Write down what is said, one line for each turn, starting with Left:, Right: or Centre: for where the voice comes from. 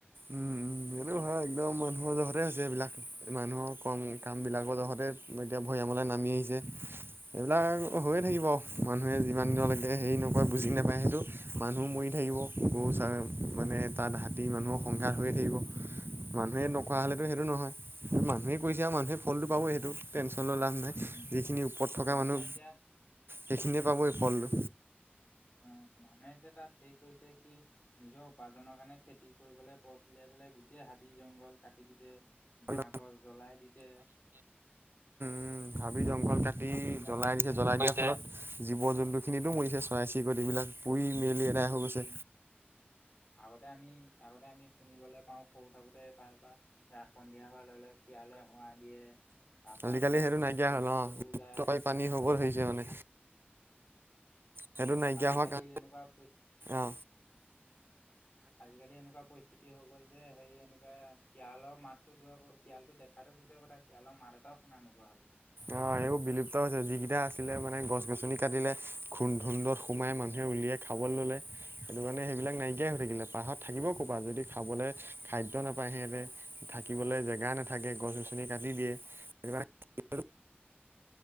Right: উম উম এনেও হয়, একদম মানুহৰ জহতে আছে এইবিলাক। মানুহৰ কম
Left: উম
Right: কামবিলাকৰ জহতে এতিয়া ভৈয়ামলৈ নামি আহিছে, সেইবিলাক হৈয়ে থাকিব আৰু। মানুহে যিমান দিনলৈকে হেৰি নকয় বুজি নাপায় সেইটো, মানুহ মৰি থাকিব
Left: উম
Right: গৰু চা মানে তাত হাতী মানুহৰ সংঘাত হৈয়ে থাকিব। মানুহে
Left: উম
Right: নকৰা হ'লেতো সেইটো নহয়, মানুহে কৰিছে আৰু মানুহে ফলটো পাব সেইটো। টেনশ্যন লৈ লাভ নাই
Left: উম
Right: যিখিনি ওপৰত থকা
Left: মানুহে
Right: মানুহ
Left: এতিয়া
Right: সেইখিনিয়ে পাবই ফলটো।
Left: অ' মানুহে যেতিয়া তাত হেৰি কৰিছে কি নিজৰ উপাৰ্নৰ কাৰণে খেতি কৰিবালৈ পথ উলিয়াই পেলাই গোটেই হাবি জংঘল কাটি দিছে বাঁহ
Right: উম
Left: গছ জ্বলাই দিছে
Right: উম হাবি জংঘল কাটি
Left: সেইবিলাক
Right: জ্বলাই
Left: কৰিছে
Right: দিছে জ্বলাই লত জীৱ জন্তু খিনিতো মৰিছে। চৰাই চিৰিকটি এইবিলাক পুৰি মেলি এদাই হৈ
Left: উম
Right: গৈছে
Left: আগতে আমি আগতে আমি শুনিবলৈ পাওঁ সৰু থাকোতে তাৰ পৰা ৰা সন্ধিয়া হোৱা লগে লগে শিয়ালে হোৱা দিয়ে। তাৰ পৰা
Right: আজিকালি
Left: এইবিলাক
Right: সেইটো নাইকিয়া
Left: পহু
Right: হ'ল অ
Left: চহু ওলাই,
Right: পানী হৈ গ'ল ধৰিছে
Left: আজিকালি
Right: মানে সেইটো নাইকিয়া
Left: আজিকালি
Right: হোৱা কাৰণ
Left: এনেকুৱা
Right: অ
Left: আজিকালি এনেকুৱা পৰিস্থিতি হৈ গ'ল যে হেৰি এনেকুৱা শিয়ালৰ মাতো দুৰ শিয়ালটো দেখাটো পিছৰ কথা শিয়ালৰ মাত এটাওঁ শুনা নোপোৱা হ'লো।
Right: অ' এইবোৰ বিলুপ্ত হৈছে। যিকেইটা আছিলে মানে গছ গছনি কাটিলে, ঘুণ ধুন্দত সোমাই মানুহে উলিয়াই খাবলৈ ল'লে সেইটো কাৰণে সেইবিলাক
Left: উম,
Right: নাইকিয়াই হৈ থাকিলে। পাহাৰত থাকিব ক'ৰপা যদি খাবলৈ খাদ্য নাপায়, সিহঁতে থাকিবলৈ জেগা
Left: উম।
Right: নাথাকে, গছ গছ ুনে দিয়ে <inaudible>